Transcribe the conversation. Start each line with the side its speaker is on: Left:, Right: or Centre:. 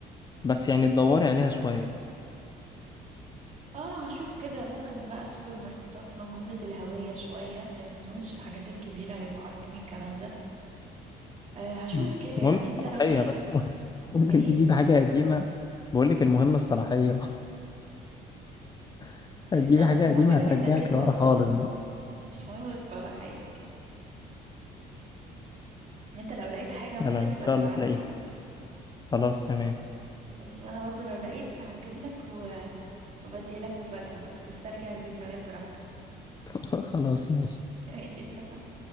Left: بس يعني تدوري عليها شوية
Right: اه هشوف كده ممكن بقى سوبر ماركتات مجهوله الهويه شويه لان ما اظنش الحاجات الكبيره هيبقوا حاطين الكلام ده آه هشوف
Left: مم.
Right: كده
Left: المهم
Right: يعني انت
Left: الصلاحية
Right: لو لقيت
Left: بس <laughs> ممكن
Right: ايه
Left: تجيب حاجة قديمة بقولك المهم الصلاحية <laughs> هتجيبي
Right: لا
Left: حاجة
Right: <laughs> المهم
Left: قديمة هترجعك
Right: ان اجيبها
Left: لورا
Right: وخلاص
Left: خالص بقى
Right: <laughs> مش مهم الصراحه ايه <laughs> انت لو لقيت حاجه
Left: لا
Right: ممكن
Left: لا لا،
Right: تبقى
Left: إن شاء
Right: تبعتلي
Left: الله تلاقيها خلاص تمام
Right: ماشي وانا برضو لو لقيت هجيب لك و... وبديها لك مفاجاه بقى تسترجع الذكريات براحتك
Left: <laughs> خلاص ماشي
Right: <laughs> ماشي اتفقنا